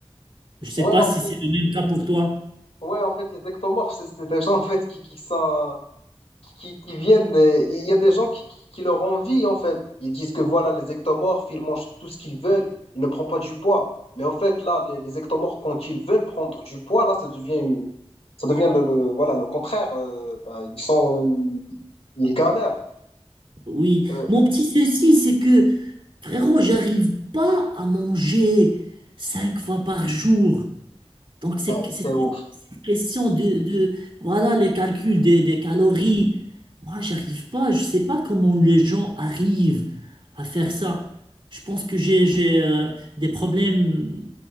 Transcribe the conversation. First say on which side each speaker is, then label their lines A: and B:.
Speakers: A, on the right; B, on the left.
A: Je sais
B: Ouais,
A: pas
B: en
A: si
B: fait,
A: c'est le même cas pour toi.
B: ouais, en fait, les ectomorphes, c'est c'est des gens, en fait, qui, qui sont, qui, qui viennent, euh, il y a des gens qui, qui, qui leur envient en fait. Ils disent que voilà, les ectomorphes, ils mangent tout ce qu'ils veulent, ils ne prennent pas du poids. Mais en fait, là, les, les ectomorphes, quand ils veulent prendre du poids, là, ça devient, une- ça devient le, le- voilà, le contraire. euh, bah, ils sont, euh, ils galèrent.
A: Oui.
B: Euh,
A: Mon petit souci, c'est que, frérot, j'arrive pas à manger cinq fois par jour. Donc, c'est
B: c'est
A: c'est-
B: ouf.
A: c'est une question de, de- voilà, les calculs des, des calories. Moi, j'arrive pas. Je sais pas comment les gens arrivent à faire ça. Je pense que j'ai, j'ai, euh, des problèmes